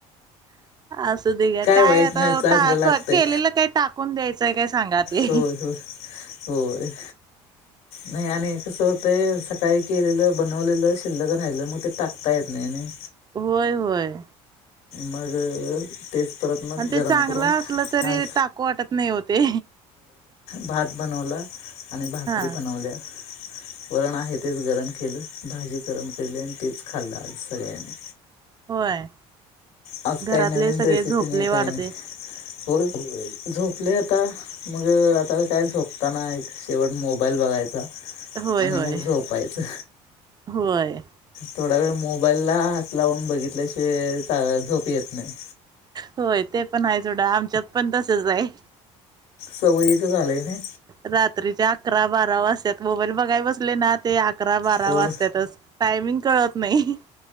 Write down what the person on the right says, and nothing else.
असू दे घ्या काय
आता
केलेलं काही टाकून द्यायचंय काय? सांगा ते.
होय होय.
आणि ते
चांगलं
असलं तरी
टाकू वाटत नाही ओ ते.
हा
होय.
घरातले
सगळे
झोपले
वाढते
होय
होय
होय.
होय ते पण आहे सोडा आमच्यात पण तसच आहे.
रात्रीच्या अकरा बारा वाजत्यात त मोबाईल बघाय बसले ना ते. अकरा बारा
वाजततच टायमिंग कळत नाही.